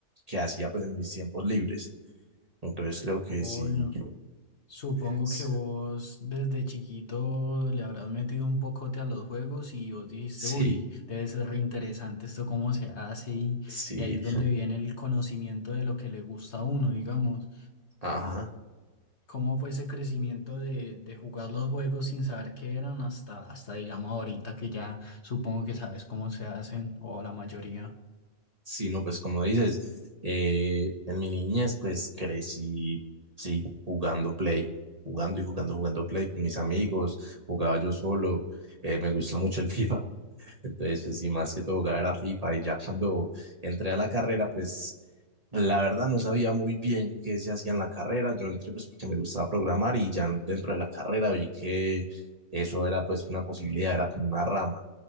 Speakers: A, on the right; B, on the left.
A: que hacía pues en mis tiempos libres. Entonces creo que
B: Obvio.
A: sí,
B: Supongo
A: <laughs>
B: que vos desde chiquito le habrás metido un pocote a los juegos y vos dijiste,
A: sí,
B: uy, debe ser re interesante esto cómo se hace y,
A: sí.
B: y ahí es donde viene el conocimiento de lo que le gusta a uno, digamos.
A: Ajá.
B: cómo fue ese crecimiento de, de jugar los juegos sin saber qué eran hasta, hasta digamos ahorita que ya supongo que sabes cómo se hacen o la mayoría.
A: Sí, no, pues como dices, eh, en mi niñez pues crecí, sí, jugando Play, jugando y jugando, jugando Play con mis amigos, jugaba yo solo, eh, me gusta mucho el <laughs> FIFA, Entonces, pues sí, más que todo jugaba era FIFA y ya cuando entré a la carrera, pues la verdad no sabía muy bien qué se hacía en la carrera. Yo entré pues porque me gustaba programar y ya dentro de la carrera vi que eso era pues una posibilidad, era como una rama